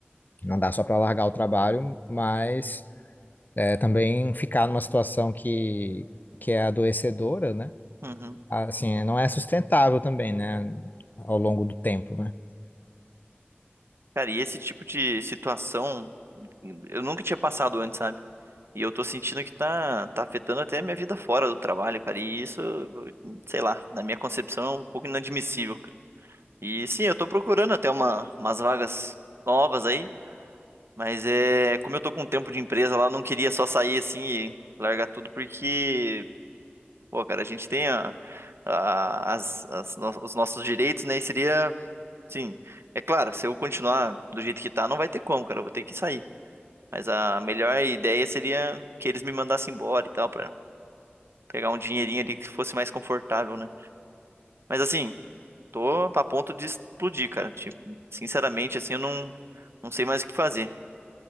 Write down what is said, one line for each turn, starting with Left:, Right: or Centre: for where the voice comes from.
Left: Não dá só para largar o trabalho, mas é, também ficar numa situação que, que é adoecedora, né?
Right: Uhum.
Left: Assim, é, não é sustentável também, né? Ao longo do tempo, né?
Right: Cara, e esse tipo de situação eu nunca tinha passado antes, sabe? E eu tô sentindo que tá, tá afetando até a minha vida fora do trabalho, cara. E isso, sei lá, na minha concepção é um pouco inadmissível, cara. E sim, eu tô procurando até uma, umas vagas novas aí, mas é, como eu tô com tempo de empresa lá, eu não queria só sair assim e largar tudo, porque, pô, cara, a gente tem a, a- as, as no- os nossos direitos, né? E seria, sim, é claro, se eu continuar do jeito que tá, não vai ter como, cara, eu vou ter que sair. Mas a melhor ideia seria que eles me mandassem embora e tal, pegar um dinheirinho ali que fosse mais confortável, né? Mas assim, tô a ponto de explodir, cara. Tipo, sinceramente, assim, eu não, não sei mais o que fazer.